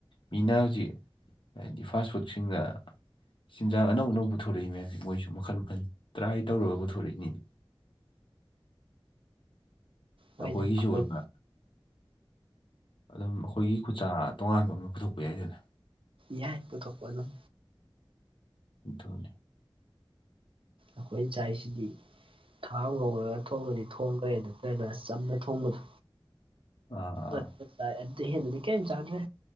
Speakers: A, on the left; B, on the right.
A: ꯃꯤꯅ ꯍꯧꯖꯤꯛ ꯍꯥꯏꯗꯤ ꯐꯥꯁ ꯐꯨꯗꯁꯤꯡꯒ ꯆꯤꯟꯖꯥꯛ ꯑꯅꯧ ꯑꯅꯧꯕ ꯄꯨꯊꯣꯔꯛꯏ ꯃꯌꯥꯝ ꯃꯣꯏꯁꯨ ꯃꯈꯜ ꯃꯈꯟ ꯇ꯭ꯔꯥꯏ ꯇꯧꯔꯒ ꯄꯨꯊꯣꯔꯛ ꯁꯅꯤ
B: ꯍꯣꯏꯅꯦ
A: ꯑꯩꯈꯣꯏꯒꯤꯁꯨ
B: ꯑꯩꯈꯣꯏ
A: ꯑꯣꯏꯕ ꯑꯗꯨꯝ ꯑꯩꯈꯣꯏꯒꯤ ꯈꯨꯆꯥ ꯇꯣꯉꯥꯟꯕ ꯑꯃ ꯄꯨꯊꯣꯛꯄ ꯌꯥꯏꯗꯅ
B: ꯌꯥꯏꯕꯨꯊꯣꯛꯄ ꯑꯗꯨꯣꯟ
A: ꯗꯣꯅꯦ
B: ꯑꯩꯈꯣꯏ ꯆꯥꯏꯁꯤꯗꯤ ꯊꯥꯎ ꯉꯧꯔꯒ ꯊꯣꯡꯕꯗꯤ ꯊꯣꯡꯈ꯭ꯔꯦ ꯅꯠꯇ꯭ꯔꯒꯅ ꯑꯁ ꯆꯝꯅ ꯊꯣꯡꯕꯗꯣ
A: ꯑꯥ
B: ꯑ ꯑꯗꯨꯗꯤ ꯍꯦꯟꯟꯅꯗꯤ ꯀꯩꯝ ꯆꯥꯟꯗ꯭ꯔꯦ